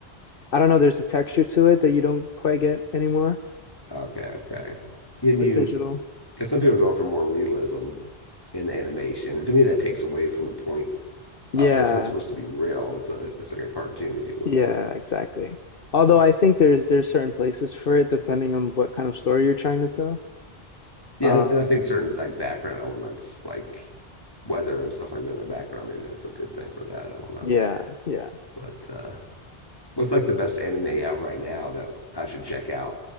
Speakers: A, on the left; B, on the left.
A: I don't know, there's a texture to it that you don't quite get anymore
B: Okay, okay. Can you,
A: with digital.
B: because some people are going for more realism in the animation, and to me, that takes away from the point
A: Yeah,
B: of it. It's not supposed to be real. It's a, it's like a cartoon, if you will.
A: yeah,
B: But,
A: exactly. Although
B: but
A: I think there's there's certain places for it depending on what kind of story you're trying to tell.
B: yeah,
A: Um,
B: and I think certain like background elements, like weather and stuff like that in the background, maybe that's a good thing for that. I don't know,
A: yeah, yeah.
B: but uh, What's like the best anime out right now that I should check out?